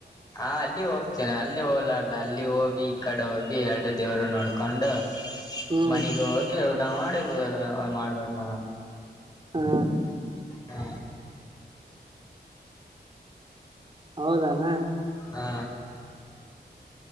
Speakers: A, on the left; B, on the right.
A: ಹಾ ಅಲ್ಲಿ ಹೋಗ್ತೇನೆ ಅಲ್ಲಿ ಹೋಲಾ ಅಲ್ಲಿ ಹೋಗಿ ಈ ಕಡೆ ಹೋಗಿ ಎರಡು ದೇವರು ನೋಡ್ಕೊಂಡು
B: ಹ್ಮ್
A: ಮನಗ ಹೋಗಿ ಊಟ ಮಾಡಕ್ ಮಾಡ್ಬೇಕ ನಾ
B: ಹಾ
A: ಹಾ
B: ಹೌದಣ
A: ಹಾ